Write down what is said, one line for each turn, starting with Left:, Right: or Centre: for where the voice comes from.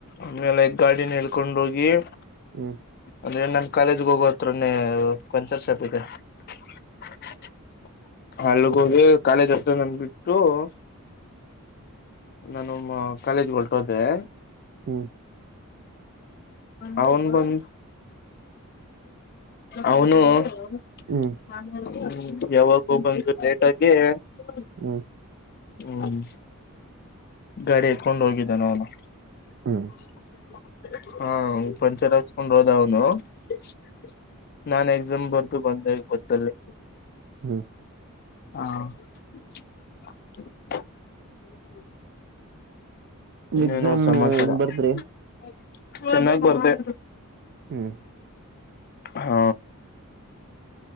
Left: ಆಮೇಲೆ, ಗಾಡಿನ ಎಳ್ಕೊಂಡು, ಹೋಗಿ? <inaudible>
Right: ಹ್ಮ್. <inaudible>
Left: ಅಂದ್ರೆ, ನಾನು, ಕಾಲೇಜ್, ಹೋಗು ಹತ್ರಾನೆ,
Right: ಹ್ಮ್
Left: ಪಂಚರ್ ಶಾಪ್ ಇದೆ? <inaudible> ಅಲ್ಲಿಗೆ, ಹೋಗಿ ಕಾಲೇಜ್? ಹತ್ರಾನೆ ಬಿಟ್ಟು? <inaudible> ನಾನು, ಕಾಲೇಜ್! ಹೊರಟುಹೋದೆ? <inaudible>
Right: ಹಾ, ಹ್ಮ್. <inaudible>
Left: ಅವನು, ಬಂದು, ಅವನು? <unintelligible>
Right: ಹ್ಮ್ ಹ್ಮ್
Left: ಹ್ಮ್, ಯಾವಾಗೂ! ಬಂದು, ಲೇಟ ಆಗಿ? <unintelligible>
Right: ಹ್ಮ್
Left: ಹ್ಮ್, ಗಾಡಿ, ಎತ್ತಿಕೊಂಡು, ಹೋಗಿದ್ದನೆ, ಅವನು? <unintelligible>
Right: ಹ್ಮ್ ಹ್ಮ್
Left: ಹಾ, ಪಂಚರಗಿಸಿಕೊಂಡು ಹೋದವನು? <inaudible> ನಾನು, ಎಕ್ಸಾಮ್, ಬರದು ಬಂದೇ, ಬಸ್ಸಲ್ಲಿ,
Right: ಹ್ಮ್
Left: ಹಾ. <unintelligible> <inaudible> <unintelligible> ಇನ್ನೇನು,
Right: ಎಕ್ಸಾಮ್
Left: ಸಮಾಚಾರ?
Right: ಹೆಂಗ್ ಬರ್ದ್ರಿ
Left: <unintelligible> ಚೆನ್ನಾಗಿ ಬರ್ತೆ
Right: ಹ್ಮ್
Left: ಹಾ